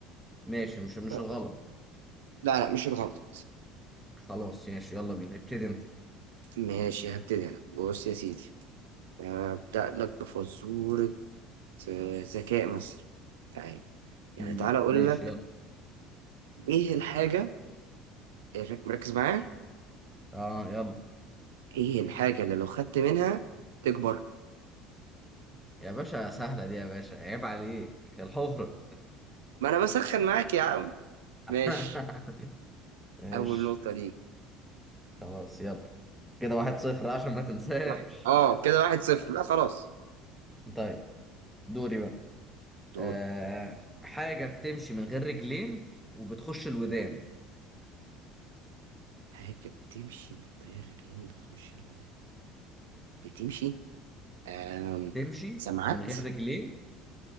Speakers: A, in the centre; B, on the right (about 85°).
A: ماشي مش مش
B: فاهم
A: الغلط
B: قصدي؟ لا لا مش الغلط
A: خلاص ماشي يلا بينا ابتدي انت
B: ماشي هبتدي انا بص يا سيدي هبدأ لك بفزورة في ذكاء مثلا تعال يعني
A: امم
B: تعال اقول
A: ماشي
B: لك
A: يلا
B: ايه الحاجه رك- مركز معايا
A: اه يلا
B: ايه الحاجه اللي لو خدت منها تكبر
A: يا باشا سهله دي يا باشا عيب عليك الحفره
B: ما انا بسخن معاك يا عم
A: <laughs>
B: ماشي
A: ماشي
B: اول نقطه ليك
A: خلاص يلا كده واحد صفر عشان ما تنساش
B: واحد اه كده واحد صفر لا خلاص
A: <laughs> طيب دوري بقى
B: دور
A: آه، حاجة بتمشي من غير رجلين وبتخش الودان
B: حاجه بتمشي من غير رجلين بتخش الوان بتمشي آم.
A: بتمشي
B: سمعت
A: من غير رجلين